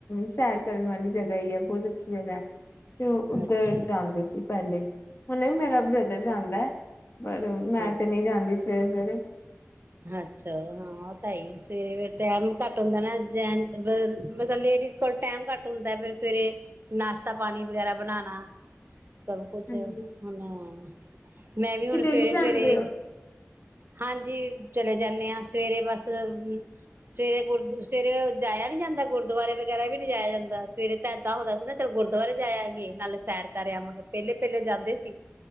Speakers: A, on the left; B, on the right.
A: ਸੈਰ ਕਰਨ ਵਾਲੀ ਜਗ੍ਹਾ ਹੀ ਹੈ ਬਹੁਤ ਅੱਛੀ ਜਗ੍ਹਾ ਹੈ। ਤੇ ਉਹ
B: ਹੋ
A: ਉੱਧਰ
B: ਅੱਛਾ
A: ਜਾਂਦੇ ਸੀ। ਪਹਿਲੇ। ਹੁਣੇ ਮੇਰਾ ਬ੍ਰਦਰ ਜਾਂਦਾ ਹੈ ਪਰ ਮੈਂ
B: ਹਾਂ
A: ਤੇ ਨਹੀਂ ਜਾਂਦੀ ਸਵੇਰੇ ਸਵੇਰੇ।
B: ਅੱਛਾ ਹਾਂ ਤਾਂਈ। ਸਵੇਰੇ ਟੈਮ ਘੱਟ ਹੁੰਦਾ ਨਾ ਜੈਂਟ ਮ ਮਤਲਬ ਲੇਡੀਜ਼ ਕੋਲ ਟੈਮ ਘੱਟ ਹੁੰਦਾ ਫੇਰ ਸਵੇਰੇ ਨਾਸ਼ਤਾ ਪਾਣੀ ਵਗੈਰਾ ਬਣਾਉਣਾ। ਸਭ ਕੁਛ
A: ਹਾਂਜੀ
B: ਬਨਾ। ਮੈਂ
A: ਤੁਸੀਂ
B: ਵੀ ਹੁਣ
A: ਡੇਲੀ
B: ਸਵੇਰੇ
A: ਜਾਂਦੇ
B: ਸਵੇਰੇ,
A: ਹੋ।
B: ਹਾਂਜੀ। ਚਲੇ ਜਾਂਨੇ ਹਾਂ ਸਵੇਰੇ ਬਸ ਸਵੇਰੇ ਗੁਰ ਸਵੇਰੇ ਜਾਇਆ ਨੀ ਜਾਂਦਾ ਗੁਰਦੁਆਰੇ ਵਗੈਰਾ ਵੀ ਨਹੀ ਜਾਇਆ ਜਾਂਦਾ ਸਵੇਰੇ ਤਾਂ ਏਦਾਂ ਹੁੰਦਾ ਸੀ ਨਾ ਚੱਲ ਗੁਰਦੁਆਰੇ ਜਾ ਆਈਏ ਨਾਲੇ ਸੈਰ ਕਰ ਆਵਾਂਗੇ ਪਹਿਲੇ ਪਹਿਲੇ ਜਾਂਦੇ ਸੀ,